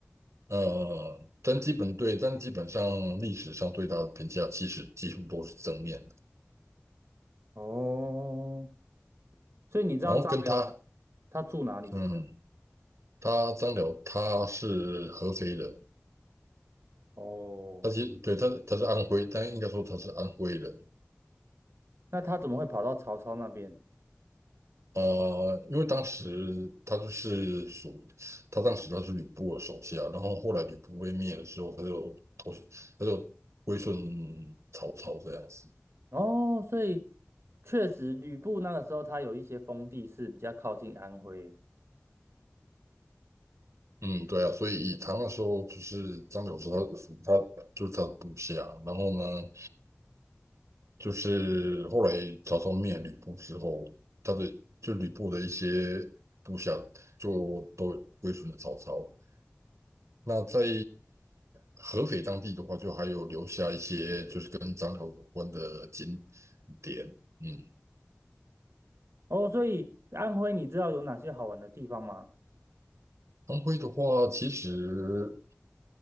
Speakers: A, on the right (about 80°); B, on the right (about 60°).
A: 呃，但基本对，但基本上历史上对他的评价其实几乎都是正面的。
B: 哦，所以你知道张辽
A: 然后跟他，
B: 他住哪里吗？
A: 嗯，他张辽他是合肥人，
B: 哦，
A: 他其实对他他是安徽，但应该说他是安徽人。
B: 那他怎么会跑到曹操那边？
A: 呃，因为当时他就是属，他当时他是吕布的手下，然后后来吕布被灭的时候，他就投，他就归顺曹操这样子。
B: 哦，所以确实吕布那个时候他有一些封地是比较靠近安徽。
A: 嗯，对啊，所以他那时候就是张角是他他就是他的部下，然后呢，就是后来曹操灭吕布之后，他的就吕布的一些部下就都归顺了曹操。那在合肥当地的话，就还有留下一些就是跟张辽有关的景点。嗯，
B: 哦，所以安徽你知道有哪些好玩的地方吗？
A: 安徽的话，其实